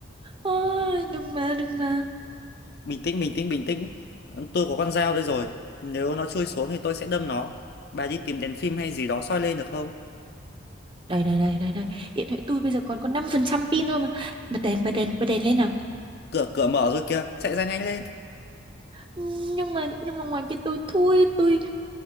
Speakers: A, on the right; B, on the left.
A: ờ, đừng mà đừng mà
B: bình tĩnh bình tĩnh bình tĩnh Ờ, tôi có con dao đây rồi nếu nó chui xuống thì tôi sẽ đâm nó bà đi tìm đèn phim hay gì đó soi lên được không
A: đây đây đây đây đây điện thoại tôi bây giờ còn có 5% pin thôi mà bật đèn bật đèn bật đèn lên nào
B: cửa cửa mở rồi kìa chạy ra nhanh lên
A: Ừ, nhưng mà nhưng mà ngoài kia tôi thui tôi